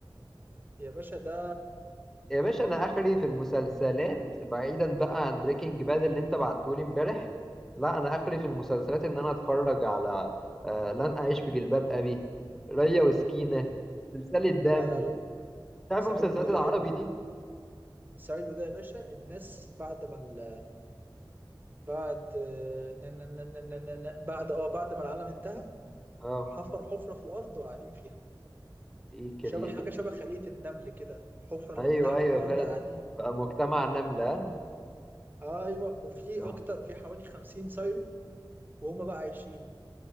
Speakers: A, on the right (about 20°); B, in the centre.
A: يا باشا ده
B: يا باشا أنا آخري في المسلسلات بعيدا بقى عن بريكنج باد اللي أنت بعتهولي إمبارح لا أنا آخري في المسلسلات إن أنا أتفرج على آه لن أعيش في جلباب أبي ريا وسكينة سلسلة دم
A: لا لا لا
B: تعرف
A: سايلو
B: المسلسلات
A: ده
B: العربي
A: جامد
B: دي
A: سايلو ده يا باشا الناس بعد ما ال... بعد نا- نا- نا- نا- نا- نا- نا- بعد اه بعد ما العالم انتهى
B: اه
A: حفر حفرة في الأرض وقاعدين فيها
B: ايه كرييتيف
A: شبه حاجة شبه خلية النمل كده حفرة اللي
B: ايوه
A: تحت
B: ايوه
A: في الأرض
B: فعلا
A: قاعدين
B: بقى مجتمع نملة
A: اه آه، ايوه وفي
B: آه.
A: أكتر في حوالي 50 سايلو وهم بقى عايشين